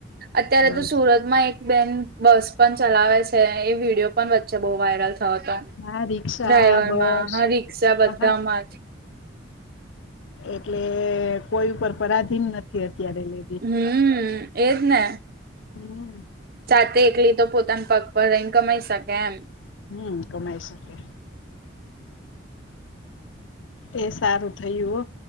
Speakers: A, on the right; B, on the left.
A: અત્યારે
B: ગર્લ્સ
A: તો સુરતમાં એક બેન બસ પણ ચલાવે છે એ વિડીયો પણ વચ્ચે બહુ વાયરલ થયો હતો
B: હા રિક્ષા
A: ડ્રાઈવર
B: બસ
A: માં હા રિક્ષા બધામાં
B: આહા
A: જ
B: એટલે કોઈ ઉપર પરાધીન નથી અત્યારે લે
A: હમ એજ ને
B: હમ
A: જાતે એકલી તો પોતાના પગ પર રહી કમાઈ શકે એમ
B: હમ કમાઈ શકે એ સારું થયું હો